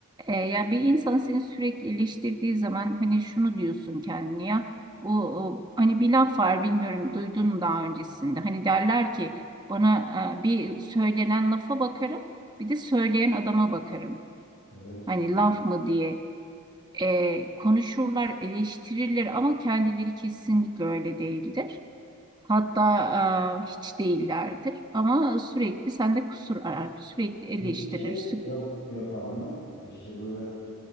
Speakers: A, on the right; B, on the left.
A: E, ya bir insan seni sürekli eleştirdiği zaman hani şunu diyorsun kendine ya bu o, hani bir laf var bilmiyorum duydun mu daha öncesinde. Hani derler ki bana e, bir söylenen lafa bakarım bir de söyleyen adama bakarım.
B: Evet.
A: Hani laf mı diye E, konuşurlar eleştirirler ama kendileri kesinlikle öyle değildir. Hatta e, hiç değillerdir ama sürekli sende kusur arar, sürekli eleştirir,
B: Peki şey
A: sü-
B: yap, yapar mı? İşte böyle